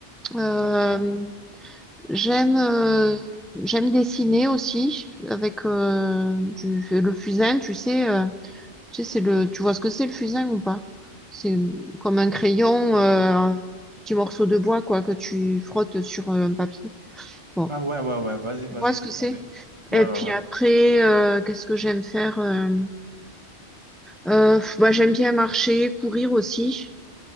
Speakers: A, in the centre; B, on the right.
A: Euh,
B: Ok.
A: j'aime euh, j'aime dessiner aussi avec euh, du, le fusain, tu sais, euh, tu sais, c'est le, tu vois ce que c'est le fusain ou pas? C'est comme un crayon, euh, un petit morceau de bois quoi que tu frottes sur euh, un papier. Bon,
B: Ah ouais, ouais, ouais, vas-y, vas-y,
A: Je vois ce que c'est.
B: vas-y. Ouais,
A: Et puis
B: ouais, ouais.
A: après, euh, qu'est-ce que j'aime faire? euh, euh, pff, bah, j'aime bien marcher, courir aussi.